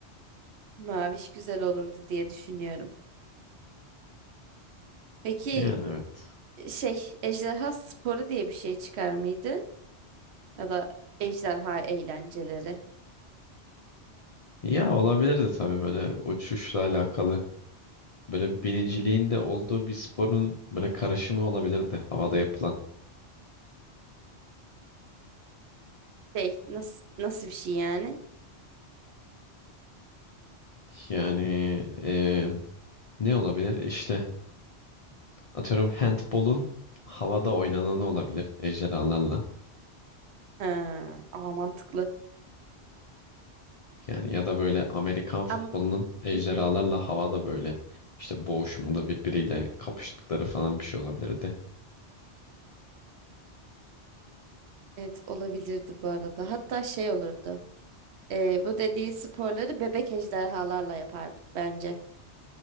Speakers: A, on the right; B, on the left.
A: Maviş güzel olurdu diye düşünüyorum. Peki
B: Yani evet.
A: şey, Ejderha Sporu diye bir şey çıkar mıydı? Ya da ejderha eğlenceleri.
B: Ya olabilirdi tabii böyle uçuşla alakalı. Böyle biniciliğin de olduğu bir sporun böyle karışımı olabilirdi havada yapılan.
A: Şey nasıl nasıl bir şey yani?
B: Yani e, ne olabilir? İşte Atıyorum handbolun havada oynananı olabilir ejderhalarla.
A: Ha, aa, mantıklı.
B: Yani ya da böyle Amerikan futbolunun
A: Ama
B: ejderhalarla
A: hı hı.
B: havada böyle işte boğuşmalı birbiriyle kapıştıkları falan bir şey olabilirdi.
A: Evet olabilirdi bu arada. Hatta şey olurdu. Ee, bu dediği sporları bebek ejderhalarla yapardık bence.